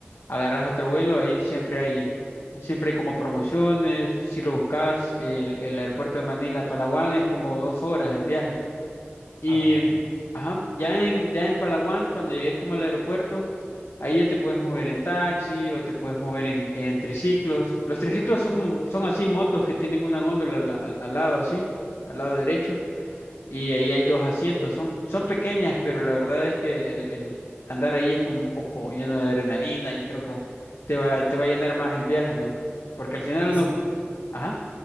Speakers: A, on the left (about 70°); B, on the right (about 30°).
A: agarras otro vuelo, ahí siempre hay siempre hay como promociones, si lo buscas el, el aeropuerto de Manila a Palawan es como dos horas el viaje. Y
B: Ah, bien.
A: ajá, ya en, ya en Palawan, cuando llegues como al aeropuerto, ahí ya te puedes mover en taxi o te puedes mover en, en triciclos. Los triciclos son, son así motos que tienen una góndola al, al- al lado así, al lado derecho, y ahí hay dos asientos. Son, son pequeñas, pero la verdad es que el, el andar ahí es como un poco lleno de adrenalina y creo que te va, te va a llenar más el viaje, ¿no? Porque al final
B: Y
A: uno,
B: son,
A: ajá,